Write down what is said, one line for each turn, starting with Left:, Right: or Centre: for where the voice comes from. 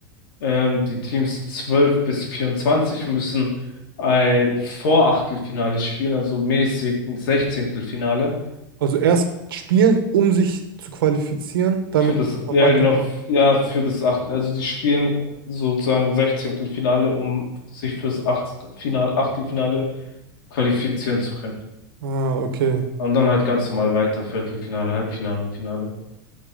Left: Ähm, die Teams 12 bis 24 müssen ein Vorachtelfinale spielen, also mäßig ein Sechzehntelfinale.
Right: Also erst spielen, um sich zu qualifizieren, damit
Left: Für das,
Right: man
Left: ja
Right: weiterkommt.
Left: genau, f- ja, für das Achtel, also die spielen sozusagen Sechzehntelfinale, um sich fürs Achtfinale, Achtelfinale qualifizieren zu können.
Right: Ah, okay.
Left: Und dann halt ganz normal weiter, Viertelfinale, Halbfinale und Finale.